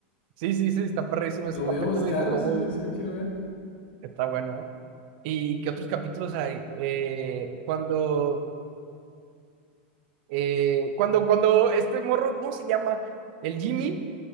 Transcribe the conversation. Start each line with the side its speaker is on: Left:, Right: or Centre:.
Right: Sí, sí, sí, está perrísimo ese
Left: Lo
Right: capítulo
Left: voy a buscar
Right: y que luego
Left: si lo, si lo quiero ver.
Right: está bueno, ¿eh? ¿Y qué otros capítulos hay? Eh, cuando Eh, cuando, cuando este morro, ¿cómo se llama? El Jimmy,